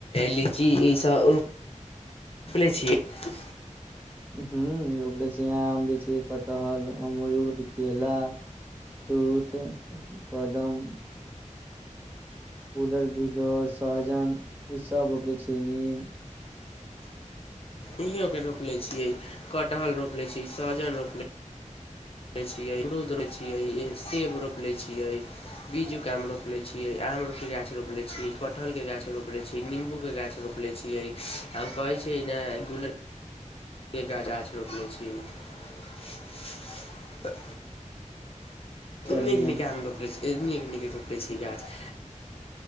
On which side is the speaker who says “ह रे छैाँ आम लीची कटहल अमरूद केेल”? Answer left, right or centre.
Right